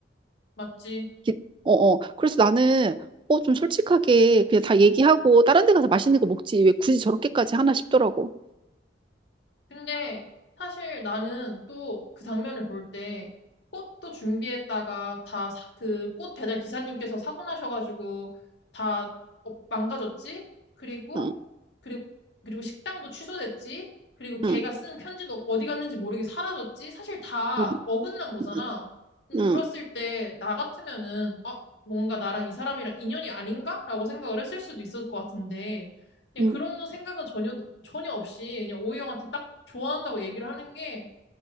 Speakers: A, on the left (about 65°); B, on the right (about 25°).
A: 맞지?
B: 기- 어, 어. 그래서 나는 어, 좀 솔직하게 그냥 다 얘기하고 다른 데 가서 맛있는 거 먹지. 왜 굳이 저렇게까지 하나 싶더라고.
A: 근데 사실 나는 또 그 장면을 볼 때 꽃도 준비했다가 다 그 꽃 배달 기사님께서 사고 나셔가지고 다 어, 망가졌지? 그리고
B: 응,
A: 그리고 그리고 식당도 취소됐지? 그리고 걔가
B: 응,
A: 쓴 편지도 어디 갔는지 모르게 사라졌지? 사실 다
B: 응,
A: 어긋난 거잖아.
B: 응,
A: 근데
B: 응.
A: 그랬을 때 나 같으면은 아, 뭔가 나랑 이 사람이랑 인연이 아닌가? 라고 생각을 했을 수도 있을 것 같은데 그냥
B: 응.
A: 그런 생각은 전혀 전혀 없이 그냥 오이 형한테 딱 좋아한다고 얘기를 하는 게